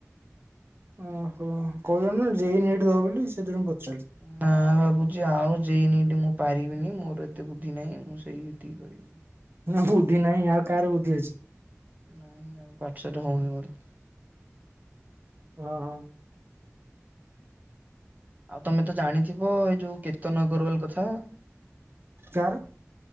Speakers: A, on the right (about 50°); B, on the right (about 35°).
A: ଓହୋ କହିଲ ନି ଜେଇ ନିଟ୍ ଦବ ବୋଲି ସେଥିରୁ ମୁଁ ପଚାରିଲି।
B: ନା ଭାବୁଛି ଆଉ ଯାଇନି ଏଠି ମୁଁ ପାରିବିନି ମୋର ଏତେ ବୁଦ୍ଧି ନାହିଁ ମୁଁ ସେହିଠି କରିବି।
A: ନା ବୁଦ୍ଧି ନାହିଁ ଆଉ କାହାର ବୁଦ୍ଧି ଅଛି।
B: ନାଇଁ ଆଉ ପାଠ ସାଠ ହଉନି ମୋର।
A: ଓ ହୋ।
B: ଆଉ ତମେ ତ ଜାଣିଥିବ ଏଇ ଯୋଉ କେତନ୍ ଅଗ୍ରୱାଲ କଥା।
A: କାହାର?